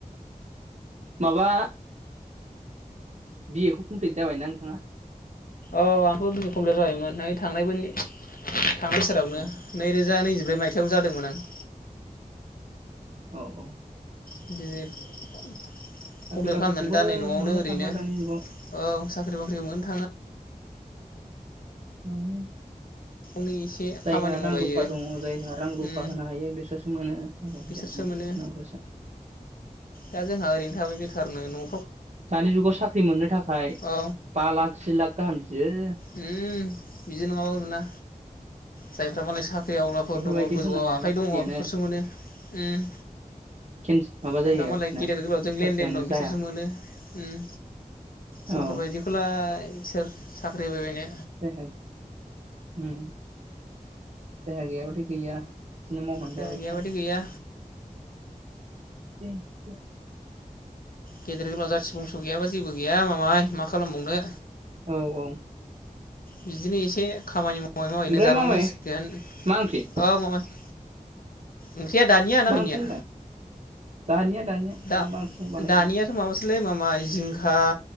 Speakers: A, on the right; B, on the left.
A: माबा बिए खौ कमप्लिट जाबायना नोंथाङा
B: औ आंथ' बिए कमप्लिट जायोमोन नै थांनायबो थांनाय बोसोरावनो
A: औ
B: नैरोजा नैजि जिब्रै मायथायाइाव जादोंमोन आं
A: औ औ
B: बिए कमप्लेट
A: साख्रि बाख्रिखौबो
B: खालामनानै दा नै न'आवनो
A: मोननो
B: ओरैनो
A: थांला
B: औ
A: दानि जुगाव
B: साख्रि बाख्रि मोननो थाङा।
A: माने
B: गावनो एसे
A: जायहा
B: खामानि मावलायो
A: रां रुफा दंङ जायहा रां रुफा
B: उम
A: होनो हायो बिसोरसो मोनो। थाखा
B: बिसोरसो
A: फैसा मा
B: मोनो
A: नामखौसो
B: दा जोंहा ओरैनो थाबाय बेखारनो न'
A: दानि जुगाव साख्रि मोननो थाखाय
B: औ
A: बा लाख से लाख गाहाम बियो
B: उम बिदि नङाबा मोना जायफ्रा मालाय सा ख्रि आवलाफोर
A: बेफोरबायदि
B: दंङ गोजौआव
A: होनो हायाबा
B: आखाइ
A: साख्रियानो
B: दंङ बेफोरसो मोनो अम
A: केन्स माबा
B: जायफ्रा
A: जायो आरोखि
B: मालाय
A: ना
B: गेदेर गोलावजों
A: साख्रियानो
B: लेनदेन दं बिसोरसो
A: जाया
B: मोनो ओम जोंफोरबायदिखौ
A: औ
B: लाय आ सोर साख्रि होबाय बायनो
A: जायहा ओम जायहा गैयाबाथाय गैया बिदिनो मावनानै
B: जायहा
A: जाबाय
B: गैयाबादि
A: था।
B: गैया
A: <unintelligible>
B: गेदेर गोलाव जाथि बंस' गैयाबा जेबो गैया मामाय मा खालामबावनो
A: औ औ।
B: बिदिनो एसे खामानि माव मावै
A: ओमफ्राय
B: मावैनो जालांनांसिगोन
A: मामाय
B: औ
A: मा ओंख्रि
B: मामाय। ओंख्रिया दानिया ना
A: मा
B: दहायनिया?
A: ओंख्रि होनदां दानिया दानिया
B: दा
A: मा ओंख्रि संनो बानायखो
B: दानियाथ' माबासोलै मामाय जिंखा